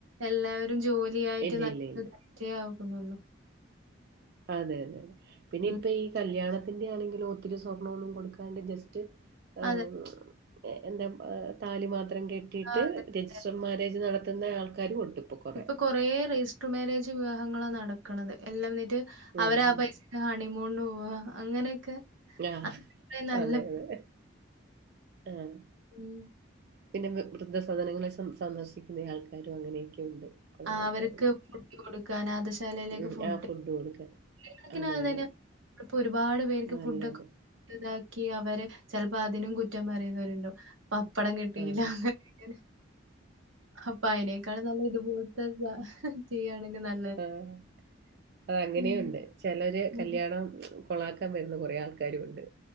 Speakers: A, on the right (about 80°); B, on the right (about 50°).
A: എല്ലാവരും ജോലി ആയിട്ട്
B: ഇല്ല
A: നല്ലതറ്റേ
B: ഇല്ല ഇല്ല
A: ആകുന്നുള്ളൂ
B: അതെ അതെ അതെ പിന്നെ
A: ഉം.
B: ഇപ്പ ഈ കല്യാണത്തിന്റെ ആണെങ്കിലും ഒത്തിരി സ്വർണ ഒന്നും കൊടുക്കാണ്ട ജസ്റ്റ് ഏ
A: അതെ.
B: എ എന്താ താലി മാത്രം കെ ട്ടിയിട്ട്
A: ആ അതെ,
B: രജിസ്റ്റർ
A: അതെ.
B: മാര്രേജ് നടത്തുന്ന ആൾക്കാരും ഉണ്ട് പ്പൊ കൊറേ
A: ഇപ്പൊ കൊറേ രജിസ്റ്റർ മാരേജ് വിവാഹങ്ങളാ നടക്ക്ണത് എല്ലാം എന്നിട്ട്
B: ഉം
A: അവരാ ആ
B: ഉം
A: പൈസ ഹണിമൂൺന് പോവാ അങ്ങനെയൊക്കെ
B: ആഹ്
A: അ നല്ല
B: അതെ അതെ ആഹ്
A: ഉം
B: പിന്നെ വൃ വൃദ്ധ സദനങ്ങളെ സന് സന്ദർശിക്കുന്ന ആൾക്കാരും അങ്ങനെയൊക്കെ ഉണ്ട് കുറേ
A: ആ
B: ആൾക്കാരുണ്ട്
A: അവർക്ക് ഫുഡ് കൊടുക്ക അനാദശാലയിലേക്ക്
B: ഉം
A: ഫുഡ്
B: ആ കൊടുക്കാൻ
A: <unintelligible>
B: അതെ
A: അതന്നെ
B: അതെ
A: ഇപ്പൊ ഒരുപാട് പേർക്ക്
B: നല്ലത്
A: ഫുഡൊക്കെ ഇണ്ടാക്കി അവര് ചെൽപ്പോ അതിനും കുറ്റം പറയുന്നവരുണ്ടാവും പപ്പടം കിട്ടീല്ല
B: ആഹ്
A: അങ്ങന ഇങ്ങനെ അപ്പ അയ്നേക്കാളും നല്ലത് ഇത്പ <unintelligible> ചെയ്യയാണെങ്കിൽ നല്ല
B: ആഹ് അങ്ങനെയും
A: ഉം.
B: ഉണ്ട് ചെലര് കല്യാണം
A: ഉഹും.
B: കൊളാക്കാൻ വരുന്ന കൊറേ ആൾക്കാരും ഉണ്ട്